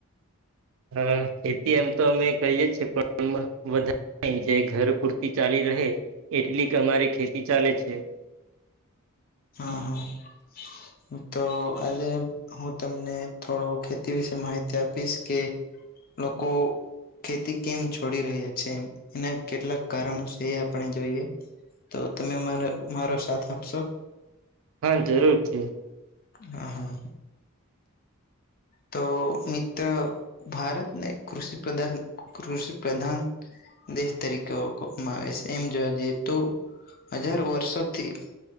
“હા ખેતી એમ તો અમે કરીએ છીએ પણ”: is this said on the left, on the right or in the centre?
Right